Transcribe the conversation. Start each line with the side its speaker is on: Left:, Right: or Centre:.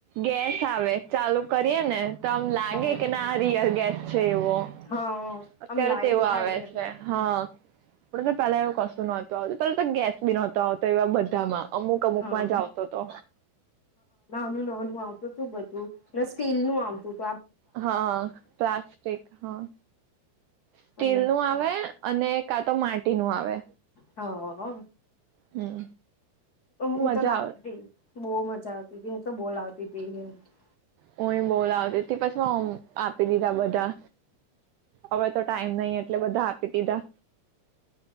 Right: ગેસ આવે ચાલુ કરીએ ને તો આમ લાગે
Left: હા
Right: કે ના આ રિયલ ગેસ છે એવો
Left: હા
Right: અત્યારે
Left: આમ લાઈટ
Right: તેવું
Left: થાય
Right: આવે
Left: એટલે
Right: છે હા આપ. પેલા એવું કશું નહતું આવતું પેલા તો ગેસ બી નહતો આવતો એવા બધામાં. અમુક અમુકમાં
Left: હા
Right: જા આવ તો.
Left: ું લો આપું તું બધું ને સ્ટીલ નું આવતુંું
Right: હા પ્લાસ્ટસ્ટિક હા સ્ટીલ
Left: એટલે
Right: નું આવે અને કા તો માટી નું આ વે
Left: હા
Right: હમ
Left: હું
Right: મજા
Left: તો લાવતી
Right: આવે
Left: બહુ મજા આવતી હતીી હું તો બોલ આવતી હતીી હ
Right: હું એ બોલ લાવતી તી પછી એ માં આપી દીધા બધા હવે તો ટાઈમ નઈિ એટલે બધા આપી દીધા